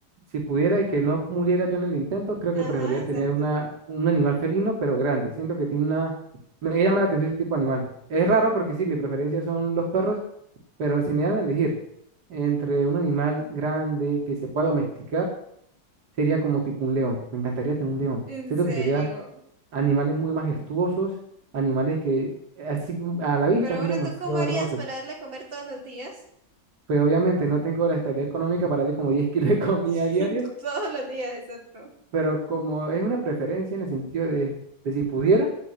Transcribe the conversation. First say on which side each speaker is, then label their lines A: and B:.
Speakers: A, on the right; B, on the right.
A: Si pudiera y que no muriera yo en el intento, creo
B: Ajá,
A: que preferiría
B: exacto.
A: tener una, un animal felino, pero grande. Siento que tiene una... Me llama la atención ese tipo de animal. Es raro porque sí, mi preferencia son los perros Pero si me dan a elegir entre un animal grande que se pueda domesticar, sería como tipo un león. Me encantaría tener un león.
B: En
A: Siento
B: serio.
A: que serían animales muy majestuosos, animales que así como a la vista
B: Pero
A: son
B: bueno,
A: demasiado
B: ¿tú cómo harías
A: hermosos.
B: para darle a comer todos los días?
A: Pero obviamente no tengo la estabilidad económica para darle como 10 <laughs> kilos de comida
B: <laughs>
A: diarias
B: Todos los días, exacto.
A: pero como es una preferencia en el sentido de, de si pudiera,